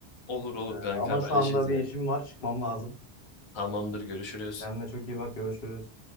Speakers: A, on the left (about 40°); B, on the left (about 65°).
A: Olur olur
B: Ee, ama
A: kanka haberleşiriz
B: şu anda bir
A: yine.
B: işim var çıkmam lazım.
A: Tamamdır görüşürüz.
B: Kendine çok iyi bak görüşürüz.